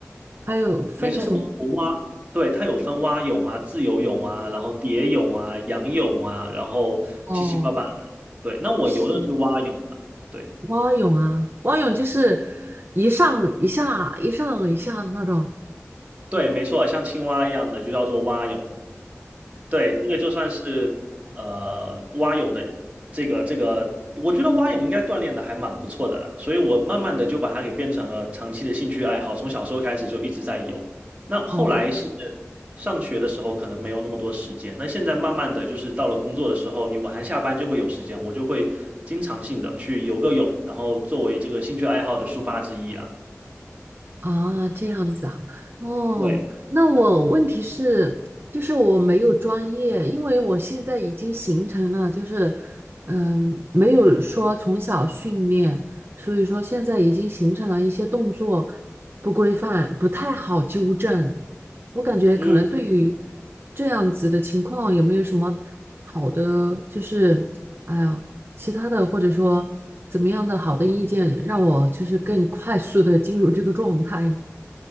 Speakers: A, on the right; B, on the right.
A: 还有分什么
B: 没错，我我蛙，对，它有分蛙泳啊、自由泳啊，然后蝶泳啊、仰泳啊，然后七七八八的。
A: 哦，
B: 对，那我游的是蛙泳嘛？
A: 是
B: 对
A: 蛙泳啊，蛙泳就是一上一下一上一下那种。
B: 对，没错，像青蛙一样的就叫做蛙泳。对，这个就算是呃蛙泳的这个这个，我觉得蛙泳应该锻炼的还蛮不错的啦，所以我慢慢的就把它给变成了长期的兴趣爱好，从小时候开始就一直在游。那后来是
A: 哦。
B: 上学的时候可能没有那么多时间，那现在慢慢的就是到了工作的时候，你晚上下班就会有时间，我就会经常性的去游个泳，然后作为这个兴趣爱好的抒发之一啦。
A: 啊，这样子啊，哦，
B: 对。
A: 那我问题是，就是我没有专业，因为我现在已经形成了，就是，嗯，没有说从小训练，所以说现在已经形成了一些动作不规范，不太好纠正。我感觉可能对于
B: 嗯。
A: 这样子的情况，有没有什么好的，就是，哎呀。其他的或者说怎么样的好的意见，让我就是更快速的进入这个状态。